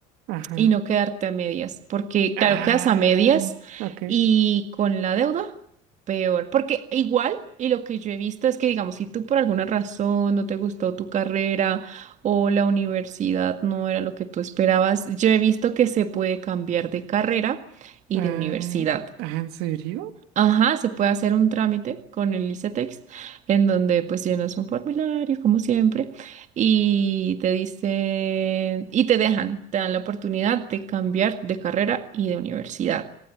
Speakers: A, on the right; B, on the right.
A: ajá.
B: y no quedarte a medias, porque claro,
A: Ah,
B: quedas a medias
A: ok.
B: y con la deuda, peor, porque igual, y lo que yo he visto es que, digamos, si tú por alguna razón no te gustó tu carrera o la universidad no era lo que tú esperabas, yo he visto que se puede cambiar de carrera y
A: Ah,
B: de universidad.
A: ah, ¿en serio?
B: Ajá, se puede hacer un trámite con el ICETEX en donde pues llenas un formulario como siempre y te dicen y te dejan, te dan la oportunidad de cambiar de carrera y de universidad.